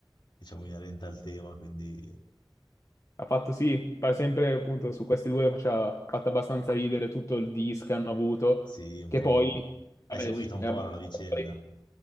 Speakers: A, on the left; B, on the left.
A: diciamo, inerente al tema, quindi
B: Ha fatto sì, pare sempre appunto su questi due faceva, ha fatto abbastanza ridere tutto il dis che hanno avuto,
A: sì, un
B: che
A: po'...
B: poi,
A: Hai
B: vabbè,
A: seguito un
B: è
A: po'
B: abbastanza
A: no, la vicenda?